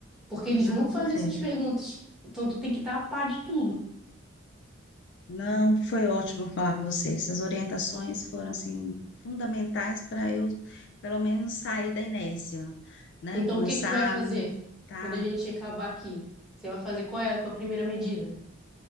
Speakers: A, in the centre; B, on the left.
A: porque eles
B: não,
A: vão fazer
B: perfeito.
A: essas perguntas. Então tu tem que estar a par de tudo.
B: Não, foi ótimo falar com você. Essas orientações foram, assim, fundamentais para eu, pelo menos, sair da inércia, né?
A: Então
B: Começar
A: o que que tu vai fazer
B: a me tá
A: quando a gente acabar aqui? Você vai fazer qual é a tua primeira medida?